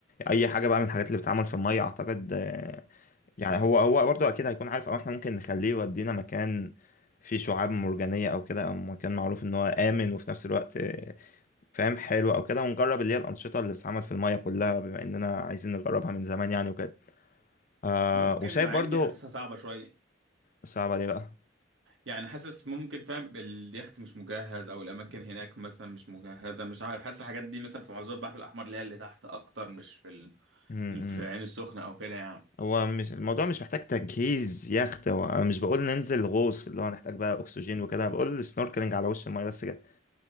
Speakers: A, on the left; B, on the right.
A: أي حاجة بقى من الحاجات اللي بتتعمل في المية أعتقد آه، يعني هو هو برضه اكيد هيكون عارف او احنا ممكن نخليه يودينا مكان فيه شعاب مرجانية او كده او مكان معروف ان هو امن وفي نفس الوقت آه، فاهم حلو او كده ونجرب اللي هي الانشطة اللي بتتعمل في المية كلها بما اننا عايزين نجربها من زمان يعني وكده آه
B: ممكن
A: وشايف
B: مع
A: برضه
B: اني حاسسها صعبة شوية
A: صعبة ليه بقى
B: يعني حاسس ممكن فاهم اليخت مش مجهز او الاماكن هناك مثلا مش مجهزه مش عارف حاسس الحاجات دي مثلا في محافظات البحر الاحمر اللي هي اللي تحت اكتر مش في ال...
A: امم
B: مش في العين السخنه او كده يعني
A: هو مش الموضوع مش محتاج تجهيز يخت هو انا مش بقول ننزل غوص اللي هو هنحتاج بقى اكسجين وكده أنا بقول سنوركلينج على وش المية بس كده